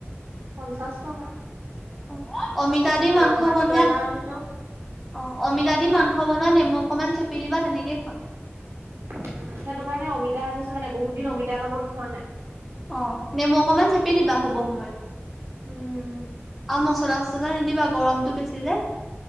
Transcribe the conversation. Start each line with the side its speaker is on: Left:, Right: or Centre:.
Right: পঞ্চাছ টকা।
Centre: অ' অমিতা দি
Right: তাৰপা
Centre: মাংস
Right: ভাত
Centre: বনোৱাত
Right: কেৰেলা আনিছো
Centre: অ। অমিতা দি মাংস বনোৱা নেমু অকনমান চেপি দিবা তেনেকে খোৱা।
Right: উম সেইটো কাৰণে অমিতা আনিছো মানে, বহুত দিন অমিতাৰ লগত খোৱা নাই।
Centre: অ' নেমু অকমান চেপি দিবা হ'ব সময়ত
Right: উম
Centre: আৰু মচলা চলা নিদিবা গৰমটো বেছি যে।